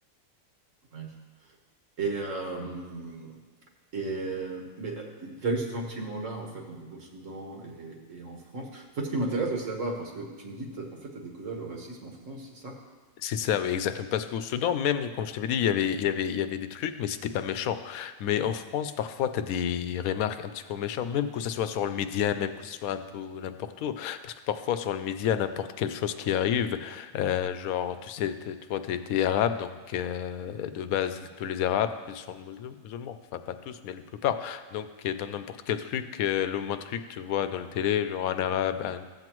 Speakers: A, on the right (about 65°); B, on the left (about 85°).
A: ouais. Et, euh, et euh, mais tu as eu ce sentiment-là, en fait, donc au Soudan et, et en France. En fait, ce qui m'intéresse de savoir, parce que tu me dis, t'as- en fait, tu as découvert le racisme en France, c'est ça?
B: C'est ça, oui, exactement. Parce qu'au Soudan, même, comme je t'avais dit, il y avait, il y avait, il y avait des trucs, mais c'était pas méchant. Mais en France, parfois, t'as des remarques un petit peu méchantes, même que ça soit sur le média, même que ce soit un peu n'importe où. Parce que parfois, sur le média, n'importe quelle chose qui arrive, euh, genre, tu sais, t'es- toi, t'es, t'es arabe, donc, euh, de base, tous les arabes ils sont musulmans. Enfin, pas tous, mais la plupart. Donc, euh, dans n'importe quel truc, euh, le moins truc, tu vois, dans le télé, genre un arabe, un